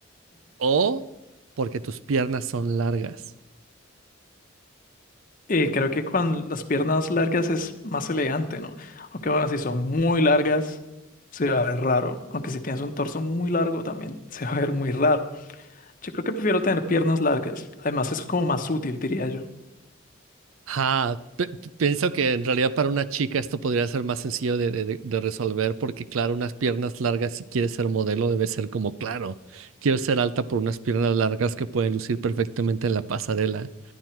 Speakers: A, on the right; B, on the left.
A: o porque tus piernas son largas?
B: Y creo que con las piernas largas es más elegante, ¿no? Aunque bueno, si son muy largas, se va a ver raro. Aunque si tienes un torso muy largo, también se va a ver muy raro. Yo creo que prefiero tener piernas largas. Además, es como más útil, diría yo.
A: Ajá, pe- pe- pienso que en realidad para una chica esto podría ser más sencillo de, de- de- de resolver porque claro, unas piernas largas si quieres ser modelo debe ser como claro, quiero ser alta por unas piernas largas que pueden lucir perfectamente en la pasarela.